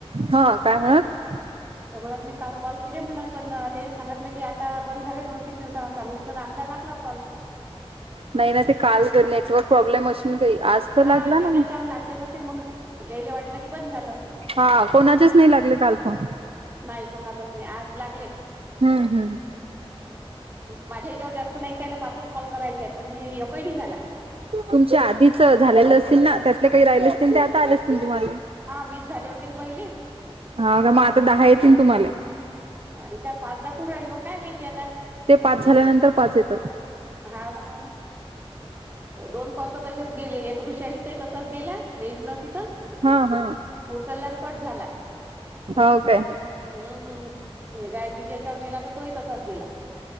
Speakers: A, on the right (about 65°); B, on the right (about 20°).
A: हा काय म्हणत
B: तर म्हणत मी काल कॉल केले म्हणत पण त्यांनी सांगितलं की आता बंद झाले दोन तीन दिवसांना चालूईन पण आपला लागला कॉल
A: नाही ना ते काल नेटवर्क प्रॉब्लेम अ काही आज तर
B: हा
A: लागला
B: त्याच्यात
A: ना मग
B: छान लागले नसेल मग याले वाटलं की बंद झालं
A: हा कोणाचेच नाही लागले काल फोन
B: नाही कोणातच नाही आज लागले
A: हम्म हम्म
B: माझ्या हच्यावर जास्त नाहीचय ना पाच कॉल करायचे आहेत पण मी यकळी नाही झाला
A: तुमच्या आधीच झालेलं असतील ना त्या काही राहिल असतील ते आता आले असतील तुम्हाला
B: हा वीस झाले होते ना पहिले
A: हा का मग आता दहा येतीलन तुम्हाला
B: अ इचार पाच दाखून राहिले मग काय माहितीय आता
A: ते पाच झाल्यानंतर पाच येत.
B: हाव ना, हो ना दोन कॉल तर तशेच गेले एक ऋषालीचाही तसाच गेला रेंज नव्हती तर
A: हा -हा
B: उचला अनं कट झाला.
A: होव काय?
B: हम्म मी हे गायत्रीच्या येच्यावर केला तर तोही तसाच गेला.